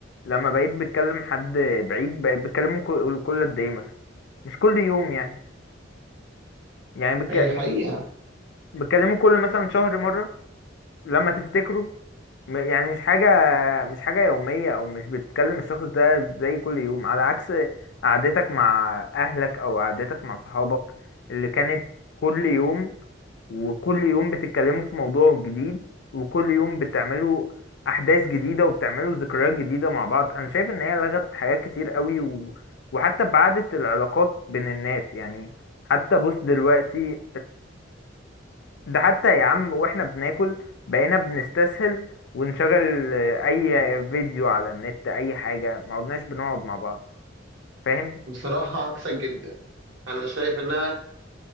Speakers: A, on the left; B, on the right.
A: لما بقيت بتكلم حد بعيد بقيت بتكلمه كل كل قد ايه مثلا مش كل يوم يعني يعني بتك...
B: هي حقيقه
A: بتكلمه كل مثلا شهر مره لما تفتكره م- يعني مش حاجة مش حاجة يومية أو مش بتكلم الشخص ده زي كل يوم على عكس قعدتك مع أهلك أو قعدتك مع صحابك اللي كانت كل يوم وكل يوم بتتكلموا في موضوع جديد وكل يوم بتعملوا أحداث جديدة وبتعملوا ذكريات جديدة مع بعض أنا شايف إن هي لغت حاجات كتير قوي و... وحتى بعدت العلاقات بين الناس يعني حتى بص دلوقتي ده حتى يا عم واحنا بناكل بقينا بنستسهل ونشغل آه، اي فيديو على النت اي حاجة ما عدناش بنقعد مع بعض فاهم
B: بصراحه عكسك جدا انا شايف انها